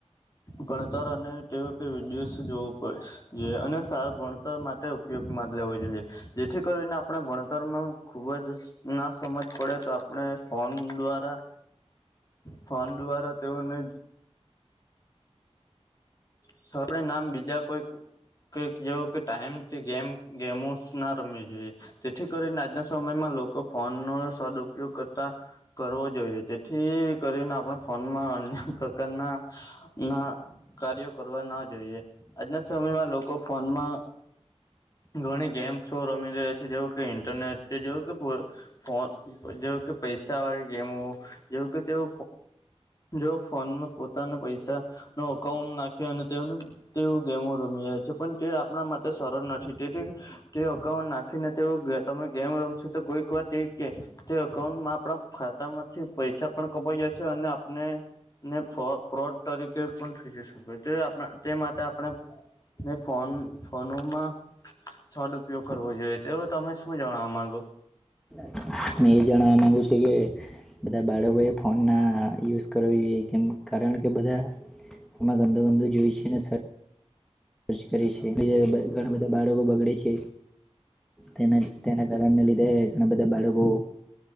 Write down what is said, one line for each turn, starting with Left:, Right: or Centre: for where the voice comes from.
Left: ગણતર અને તેવુ કેવુ વિડીયોસ જોવું જે અને સાર ભણતર માટે ઉપયોગમાં લેવો જોઈએ જેથી કરીને આપણે ભણતરમાં ખુબ જ ના સમજ પડે તો આપણે ફોન દ્વારા ફોન દ્વારા તેઓને <unintelligible> નામ બીજા કોઈક કે જો કે ટાઈમ છે, ગેમ ગેમુસ ના રમવી જોયે તેથી કરીને આજના સમયમાં લોકો ફોનનો સદપયોગ કરતા કરવો જોઈએ તેથી કરીને આપણે ફોનમાં અન્ય પ્રકારના ના કાર્યો કરવા ન જોઈએ આજના સમયમાં લોકો ફોનમાં ઘણી ગેમ્સો રમી રહ્યા છે, જેવુ કે ઇન્ટરનેટ જેવુ કે પો ફો જેવ કે પૈસા વાળી ગેમો જેવ કે તેઓ જો ફોનમાં પોતાન પૈસા ન કૌઉન નાખ્યો અને તેનું તેવુ ગેમો રમીએ છે, પણ તે આપણા માટે સરળ નથી તેથી કે અકાઉન નાખીને તેઓ ગે તમે ગેમ રમશો તો કોઈક વાર તે ગે તે અકાઉન્ટમાં આપણા ખાતા માંથી પૈસા પણ કપાઈ જશે અને આપને ને ફો ફ્રોડ તરીકે પણ થઈ જશે તે આપ તે માટે આપણે ને ફોન ફોનોમાં સડ ઉપયોગ કરવો જોઈએ તો તમે શું જાણવા માંગો
Centre: <inaudible> મેં એ જણાવા માંગુ છું કે બધા બાળકોએ ફોનના યુઝ કરવો જોઈએ કેમ કારણ કે બધા એમાં ગંદો ગંદુ જોય છે ને સર ર્ચ કરે છે બ ઘણા બધા બાળકો બગડે છે તેના તેના કારણને લીધે ઘણા બધા બાળકો